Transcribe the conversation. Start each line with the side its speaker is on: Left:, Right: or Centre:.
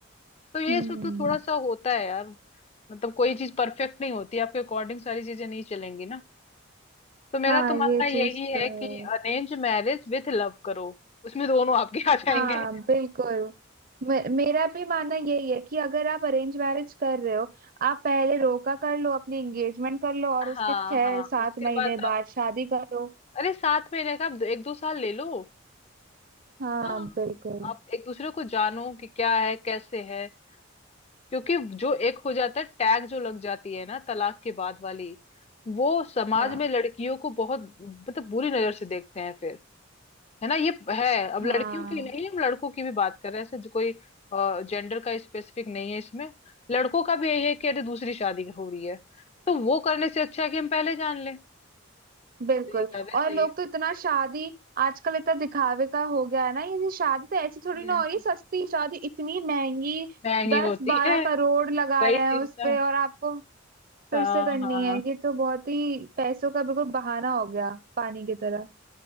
Left: तो ये
Right: हम्म
Left: सब तो थोड़ा सा होता है यार मतलब कोई चीज परफेक्ट नहीं होती आपके अकॉर्डिंग सारी चीजें नहीं चलेंगी ना तो मेरा
Right: हाँ
Left: तो मानना
Right: ये चीज
Left: यही है
Right: तो है
Left: कि अरेंज मैरिज विथ लव करो उसमें दोनों आपके आ जाएंगे
Right: हाँ बिल्कुल मे- मेरा भी मानना यही है कि अगर आप अरेंज मैरिज कर रहे हो आप पहले रोका कर लो अपनी एंगेजमेंट कर लो और
Left: हाँ
Right: उसके छह
Left: हाँ
Right: सात
Left: उसके
Right: महीने
Left: बाद
Right: बाद शादी करो
Left: अरे साथ में रहकर आप एक दो साल ले लो
Right: हाँ
Left: हाँ
Right: बिल्कुल
Left: आप एक दूसरे को जानो कि क्या है कैसे है क्योंकि जो एक हो जाता है टैग जो लग जाती है ना तलाक के बाद वाली वो समाज
Right: हाँ
Left: में लड़कियों को बहुत मतलब बुरी नजर से देखते हैं फिर है ना ये है अब
Right: हाँ
Left: लड़कियों की नहीं हम लड़कों की भी बात कर रहे हैं ऐसे जो कोई जेंडर का स्पेसिफिक नहीं है इसमें लड़कों का भी यही है कि अरे दूसरी शादी हो रही है तो वो करने से अच्छा है कि हम पहले जान लें
Right: बिल्कुल
Left: तो ये ज्यादा सही
Right: और लोग
Left: है
Right: तो इतना शादी आजकल इतना दिखावे का हो गया है ना ये शादी तो ऐसी थोड़ी
Left: हम्म
Right: ना हो रही है, सस्ती शादी इतनी महंगी
Left: महंगी
Right: दस
Left: होती
Right: बारह
Left: है
Right: करोड़ लगा
Left: वही
Right: रहे हैं
Left: चीज
Right: उस
Left: ना
Right: पे और आपको फिर
Left: हाँ
Right: से करनी
Left: हाँ
Right: है ये तो बहुत ही पैसों का बिल्कुल बहाना हो गया पानी की तरह